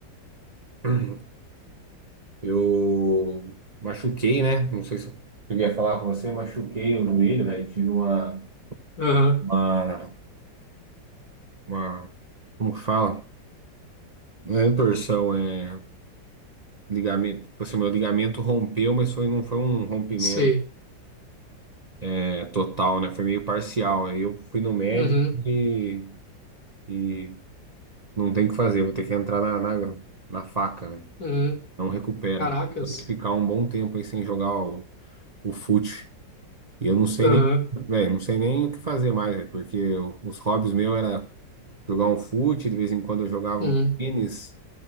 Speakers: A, on the right (about 35°); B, on the left (about 50°).
A: <clears throat> eu machuquei, né? Não sei se eu cheguei a falar com você, machuquei o joelho, velho. Tive uma,
B: aham,
A: uma, uma, como que fala? Não é torção, é ligamento. Tipo assim, meu ligamento rompeu, mas foi, não foi um rompimento.
B: sei.
A: É total, né? Foi meio parcial. Aí eu fui no médico
B: Uhum,
A: e, e não tem o que fazer, vou ter que entrar na, na, na faca, né?
B: uhum.
A: Não recupera.
B: Caracas.
A: Vou ter que ficar um bom tempo aí sem jogar o, o fute. E eu não sei
B: Aham,
A: nem, velho, não sei nem o que fazer mais, né? Porque eu- os hobbies meus era jogar um fute, de vez em quando eu jogava
B: uhum,
A: um tênis